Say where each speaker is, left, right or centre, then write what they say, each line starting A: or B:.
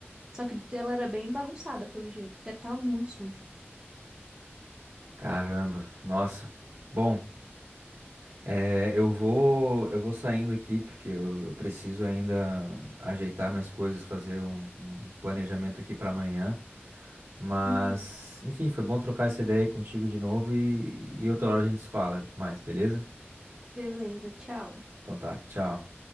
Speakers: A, on the right; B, on the right.
A: Só que ela era bem bagunçada pelo jeito, porque tava muito sujo.
B: Caramba, nossa. Bom. É, eu vou, eu vou saindo aqui porque eu, eu preciso ainda ajeitar minhas coisas, fazer um, um planejamento aqui para amanhã. Mas,
A: Uhum.
B: enfim, foi bom trocar essa ideia aí contigo de novo e, e outra hora a gente se fala mais, beleza?
A: Beleza, tchau.
B: Então tá, tchau.